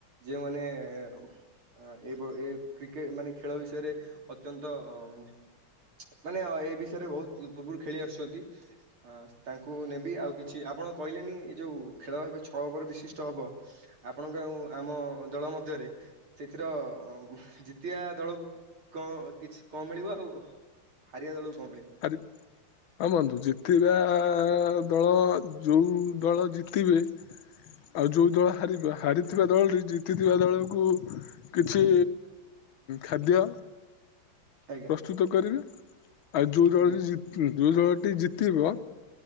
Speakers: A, on the right; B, on the left.
A: ଯେଉଁ ମାନେ ଏ ଉଃମ ଆ ଏବ ଏ କ୍ରିକେ ମାନେ ଖେଳ ବିଷୟରେ ଅତ୍ୟନ୍ତ ଅ ମା ମାନେ ଏ ବିଷୟରେ ବହୁତ ପୂର୍ବରୁ ଖେଳି ଆସୁଛନ୍ତି ତାଙ୍କୁ ନେବି ଆଉ କିଛି ଆପଣ କହିଲେନି ଏଇ ଯୋଉ ଖେଳ ଏବେ ଛଅ ଓଭର ବିଶିଷ୍ଟ ହବ। ଆପଣଙ୍କ ଆଉ ଆମ ଦଳ ମଧ୍ୟରେ ସେଥିର ଜିତିବା ଦଳକୁ କ କିଛି କଣ ମିଳିବ ଆଉ ହାରିବା ଦଳକୁ କଣ ମିଳିବ?
B: <inaudible> ହଁ ବନ୍ଧୁ, ଜିତିବା ଦଳ ଯଉ ଦଳ ଜିତିବେ
A: <inaudible>
B: ଆଉ ଯୋଉ ଦଳ ହାରିବେ ହାରି ଥିବା ଦଳଟି ଜିତିଥିବା ଦଳକୁ କିଛି ଖାଦ୍ୟ
A: ଆଜ୍ଞା
B: ପ୍ରସ୍ତୁତ କରିବେ। ଆଉ ଯୋଉ ଦଳଟି
A: ଆଜ୍ଞା
B: ଜିତ ଯୋଉ ଦଳଟି ଜିତିବ